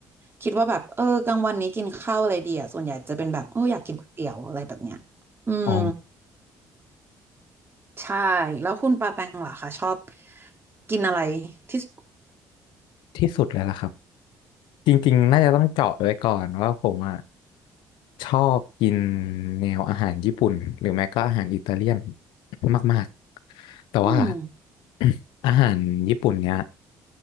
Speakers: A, on the right; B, on the left.
A: คิดว่าแบบเออกลางวันนี้กินข้าวอะไรดีอ่ะส่วนใหญ่จะเป็นแบบโอ้อยากกินก๋วยเตี๋ยวอะไรแบบเนี้ยอืม
B: อ๋อ
A: ใช่แล้วคุณปาแปงล่ะคะชอบกินอะไรที่สุด
B: ที่สุดเลยล่ะครับจริงๆน่าจะต้องเจาะไว้ก่อนว่าผมอ่ะชอบกินแนวอาหารญี่ปุ่นหรือไม่ก็อาหารอิตาเลียนมากๆแต่ว่า
A: อืม
B: <clears throat> <coughs> อาหารญี่ปุ่นเนี้ย